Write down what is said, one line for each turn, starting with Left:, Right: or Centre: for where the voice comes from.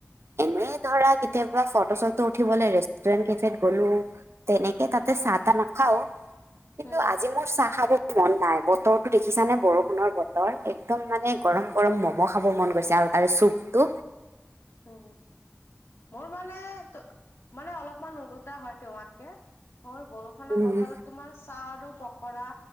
Right: এনেই ধৰা কেতিয়াবা ফটো চটো উঠিবলে ৰেষ্টুৰেন্ট কেফেত গ'লো। তেনেকে তাতে চাহ তা না খাও কিন্তু
Left: উম
Right: আজি মোৰ চাহ খাব মন নাই। বতৰটো দেখিছানে বৰষুণৰ বত তৰ একদম মানে
Left: উম
Right: গৰম গৰম ম'ম' খাব মন গৈছে আৰু তাৰে চুপটো।
Left: হু হু মোৰ মানে ত মানে অলপমান ওলোটা হয় তোমাতকে মোৰ বৰ ষুণৰ
Right: উম,
Left: বতৰত তোমাৰ চাহ আৰু পকৰা।